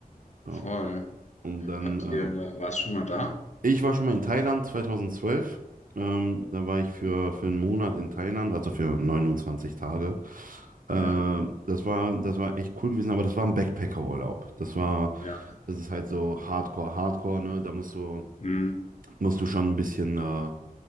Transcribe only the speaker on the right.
ja.
Und dann
äh,
Ich war schon mal in Thailand 2012. Ähm, da war ich für, für einen Monat in Thailand, also für 29 Tage. Ähm,
das war, das war echt cool gewesen, aber das war ein Backpacker-Urlaub. Das war,
das ist halt so Hardcore, Hardcore, ne? Da musst du,
musst du schon ein bisschen, äh,